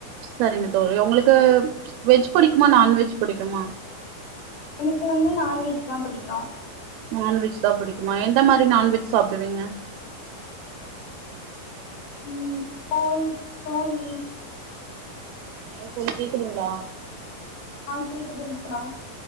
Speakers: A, on the right; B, on the left.
A: சரிங்க தோழி உங்களுக்கு வெஜ் புடிக்குமா நான்வெஜ் புடிக்குமா
B: எனக்கு வந்து நான்வெஜ் தான் பிடிக்கு
A: நான்வெஜ் தான் புடிக்குமா எந்த மாரி நான்வெஜ் சாப்டுவீங்க
B: உம் கோழி கோழி
A: ஹலோ தோழி கேக்குதுங்களா
B: ஆ கேக்குதுங்க்கா